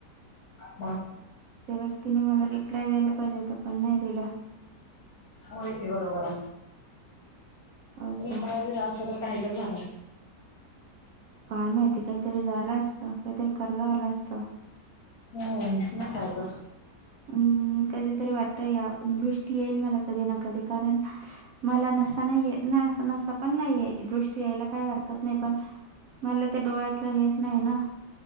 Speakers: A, on the left; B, on the right.
A: बा
B: त्या व्यक्तीने मला रिप्लाय द्यायला पाहिजे होत पण नाही दिला
A: माहिती बरोबर
B: असं
A: इत्र दिला अस तर काहीतरी झालं असतं.
B: काय माहिती काहीतरी झालं असत काहीतरी करता आलं असत
A: हम्म ल कायतो
B: ् कधीतरी वाटत या दृष्टी येईल मला कधी ना कधी कारण मला नसा नाहीये न नसा पण नाहीये दृ यायला काही हरकत नाही पण मला ते डोळ्यातलं हेच नाही ना